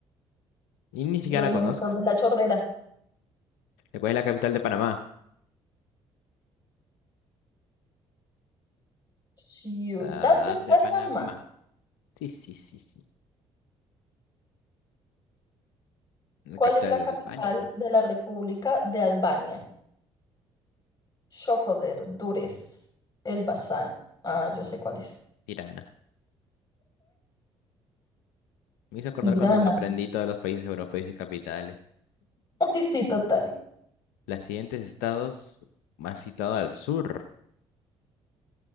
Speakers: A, on the left; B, on the left.
A: Y ni siquiera
B: Los
A: la
B: monitos
A: conozco.
B: de la chorrera.
A: ¿Cuál es la capital de Panamá?
B: Ciudad
A: Ah,
B: de Panamá.
A: de Panamá. Sí, sí, sí, sí. La
B: ¿Cuál
A: capital
B: es la
A: de
B: capital
A: Albania,
B: de la República de Albania? Shkoder, Durrës, Elbasan. Ah, yo sé cuál es.
A: Tirana. Me hizo acordar
B: Tirana.
A: cuando me aprendí todos los países europeos y capitales.
B: Ay, sí, total.
A: Los siguientes estados más situados al sur.